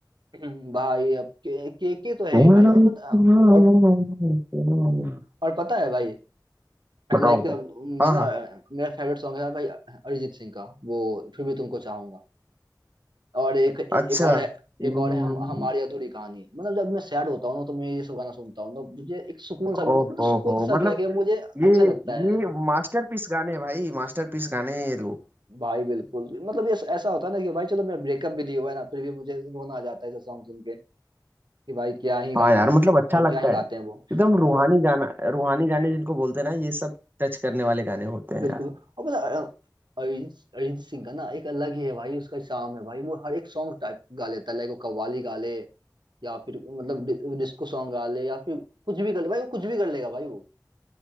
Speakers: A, on the right (about 75°); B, on the right (about 25°).
A: <clears throat> भाई अब के के, के तो है
B: <laughs>
A: ही भाई और पता
B: बताओ
A: और और पता है भाई
B: बताओ
A: लाइक मैं
B: हाँ
A: ना
B: हाँ
A: मेरा फेवरेट सॉन्ग है भाई अरिजीत सिंह का वो फिर भी तुमको चाहूंगा और एक एक
B: अच्छा
A: और है
B: हम्म,
A: एक और है हम हमारी अधूरी कहानी मतलब जब मैं सैड होता हूँ ना तो मैं ये सब गाना सुनता हूँ तो मुझे एक सुकून सा मिलता
B: ओहो
A: है मतलब सुकून
B: हो
A: सा
B: मतलब
A: क्या कि मुझे अच्छा
B: ये
A: लगता है
B: ये मास्टरपीस गाने हैं भाई मास्टरपीस गाने हैं ये लोग
A: भाई बिल्कुल मतलब ये ऐसा होता है ना कि भाई चलो मेरा ब्रेकअप भी दिया हुआ है ना फिर भी मुझे रोना आ जाता है ऐसा सॉन्ग सुन के कि भाई क्या ही गाना
B: हाँ यार
A: बना-
B: मतलब अच्छा
A: और
B: लगता
A: क्या ही गाते
B: है एकदम
A: हैं वो
B: रूहानी
A: और प-
B: गाना रूहानी गाने जिनको बोलते हैं ना ये सब टच करने वाले गाने होते हैं
A: बिल्कुल
B: यार
A: और पता है, अ- अरिजीत अरिजीत सिंह का ना एक अलग ही है भाई उसका शाम है भाई वो हर एक सॉन्ग टाइप गा लेता है लाइक वो कव्वाली गा ले या फिर मतलब डि, डिस्को सॉन्ग गा ले या फिर कुछ भी कर ले भाई वो कुछ भी कर लेगा भाई वो